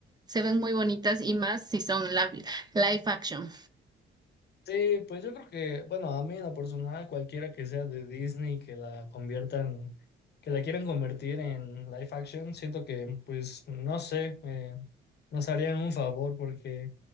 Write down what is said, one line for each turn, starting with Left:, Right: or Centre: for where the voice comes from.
Right: Se ven muy bonitas y más si son la- live action.
Left: Sí, pues yo creo que, bueno, a mí en lo personal, cualquiera que sea de Disney que la conviertan, que la quieran convertir en live action, siento que, pues, no sé, eh, nos harían un favor porque,